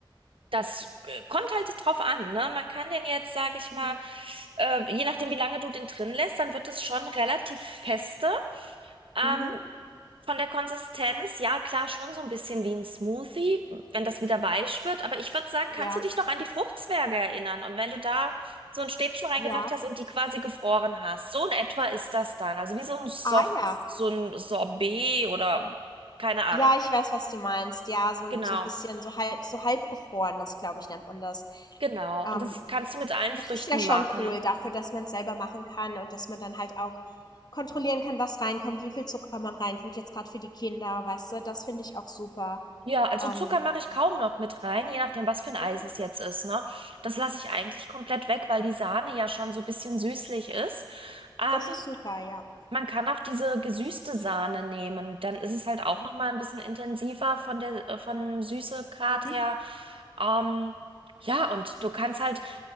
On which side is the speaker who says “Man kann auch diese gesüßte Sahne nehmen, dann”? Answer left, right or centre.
Right